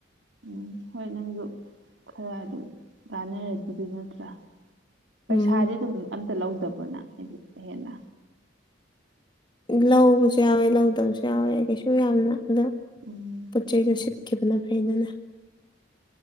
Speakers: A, on the right; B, on the left.
A: ꯎꯝ ꯍꯣꯏ ꯅꯪꯁꯨ ꯈꯔ ꯑꯗꯨꯝ ꯇꯥꯟꯅꯔ ꯑꯗꯨꯗꯤ ꯅꯠꯇ꯭ꯔꯥ ꯄꯩꯁꯥꯗꯤ
B: ꯎꯝ
A: ꯑꯗꯨꯝ ꯑꯝꯇ ꯂꯧꯗꯕꯅ ꯍꯥꯏꯗꯤ ꯍꯦꯟꯅ
B: ꯂꯧꯕꯁꯨ ꯌꯥꯎꯋꯦ ꯂꯧꯗꯕꯁꯨ ꯌꯥꯎꯋꯦ ꯀꯩꯁꯨ ꯌꯥꯝꯅ ꯑꯗꯣ
A: ꯎꯝ
B: ꯄꯣꯠ ꯆꯩꯩꯗ ꯁꯤꯠ ꯈꯤꯕꯅ ꯐ꯭ꯔꯦꯗꯅ